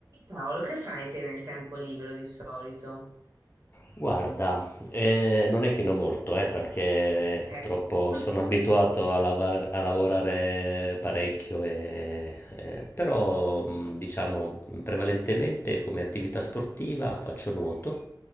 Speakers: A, on the right (about 50°); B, on the left (about 30°).
A: Paolo, che fai te nel tempo libero di solito?
B: Guarda, eh, non è che ne ho molto, eh, perché purtroppo
A: Eh, <laughs>
B: sono
A: scusa.
B: abituato a, lavar- a lavorare parecchio, e- eh, però mh, diciamo prevalentemente come attività sportiva faccio nuoto,